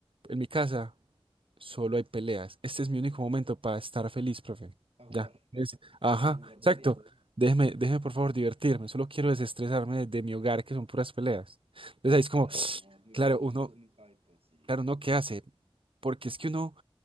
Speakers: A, on the right; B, on the right.
A: en mi casa. Solo hay peleas. Este es mi único momento para estar feliz, profe.
B: a jugar,
A: Ya. es- Ajá,
B: déjeme jugar
A: exacto.
B: todo el día.
A: Déjeme, déjeme por favor divertirme. Solo quiero desestresarme de, de mi hogar, que son puras peleas. Entonces ahí es
B: Claro,
A: como,
B: no, es muy
A: claro,
B: duro, es
A: uno,
B: un, es un impacto, sí.
A: claro, uno qué hace. Porque es que uno,